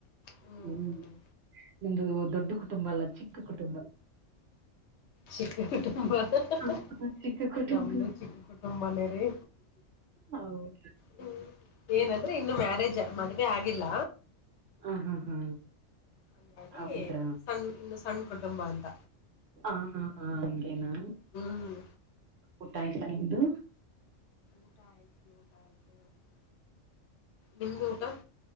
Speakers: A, on the left; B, on the right.
A: ಹ್ಮ್
B: ಹುಂ
A: ಹ್ಮ್
B: ನಿಮ್ದ ದೊಡ್ಡ ಕುಟುಂಬ ಅಲ್ಲ ಚಿಕ್ಕ ಕುಟುಂಬ.
A: ಚಿಕ್ಕ ಕುಟುಂಬ ಹ್ಹಾ
B: ಹ,
A: ಹ್ಹ
B: ಹ, ಚಿಕ್ಕ ಕುಟುಂಬ
A: ನಮ್ದು ಚಿಕ್ಕ ಕುಟುಂಬನೇ ರೀ.
B: ಹೌದ.
A: ಹುಂ ಏನಂದ್ರೆ ಇನ್ನು ಮ್ಯಾರೇಜ್ ಮದ್ವೆ ಆಗಿಲ್ಲ.
B: ಹ ಹಾ ಹಾ
A: ಹಾಗಂಗಾಗಿ
B: ಹೌದ್ರಾ
A: ಸಣ್ಣ ಇನ್ನು ಸಣ್ಣ ಕುಟುಂಬ ಅಂತ.
B: ಹ ಹಾ ಹಾ ಹಂಗೇನಾ
A: ಹ್ಮ್
B: ಊಟ ಆಯ್ತು ನಿಂದು.
A: <unintelligible> ನಿಮ್ದು ಊಟ